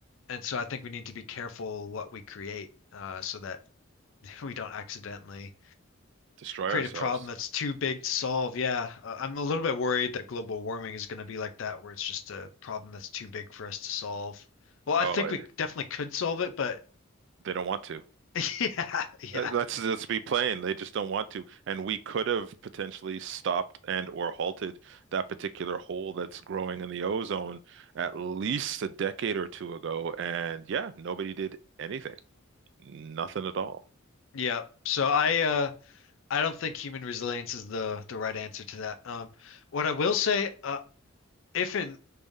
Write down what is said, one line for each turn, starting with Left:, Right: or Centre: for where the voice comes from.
Left: and so I think we need to be careful what we create, uh, so that <laughs> we don't accidentally
Right: Destroy
Left: create
Right: ourselves.
Left: a problem that's too big to solve. Yeah, uh, I'm a little bit worried that global warming is going to be like that, where it's just a problem that's too big for us to solve. Well, I
Right: Oh,
Left: think
Right: I-
Left: we definitely could solve it, but
Right: they don't want to.
Left: <laughs> yeah, yeah,
Right: Uh, Let's let's be plain. They just don't want to. And we could have potentially stopped and or halted that particular hole that's growing in the ozone at least a decade or two ago. And yeah, nobody did anything. Nothing at all.
Left: yeah. So I, uh, I don't think human resilience is the the right answer to that. Um, what I will say, uh, if an